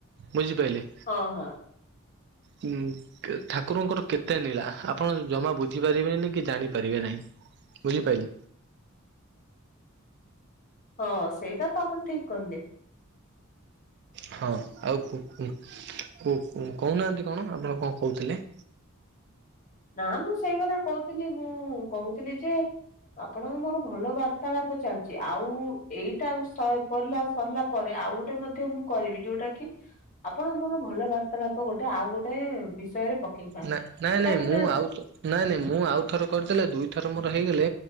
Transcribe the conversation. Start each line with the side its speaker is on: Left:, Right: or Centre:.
Right: ବୁଝି ପାଇଲେ?
Left: ହଁ ହଁ।
Right: ହୁଁ। ଠାକୁରଙ୍କର କେତେ ନୀଳା, ଆପଣ ଜମା ବୁଝି ପାରିବେନି କି ଜାଣି ପାରିବେ ନାହିଁ। ବୁଝିପାଇଲେ?
Left: ହଁ ସେଇଟା ତ ଆପଣ ଠିକ କହିଲେ।
Right: ହଁ ଆଉ କୁ କୁ କୁ କୁ କହୁନାହାନ୍ତି କଣ ଆପଣ କଣ କହୁଥିଲେ।
Left: ନା ମୁଁ ସେଇ କଥା କହୁଥିଲି ମୁଁ କହୁଥିଲି ଯେ ଆପଣଙ୍କ ମୋର ଭଲ ବାର୍ତାଳାପ ଚାଲିଛି, ଆଉ ଏଇଟା ଶ୍ ପିଇଲା ସରିଲା ପରେ ଆଉ ଗୋଟେ ମଧ୍ୟ ମୁଁ କରିବି, ଯୋଉଟା କି ଆପଣ ମୋର ଭଲ ବାର୍ତ୍ତାଳାପ ଗୋଟେ ଆଉ ଗୋଟେ ବିଷୟରେ ପକେଇବା।
Right: ନା ନାଇଁ ନାଇଁ
Left: କାହିଁକି
Right: ମୁଁ
Left: ନା
Right: ଆଉ ତ ନାଇଁ ନାଇଁ ମୁଁ ଆଉଥର କରିଦେଲେ ଦୁଇ ଥର ମୋର ହେଇଗଲେ,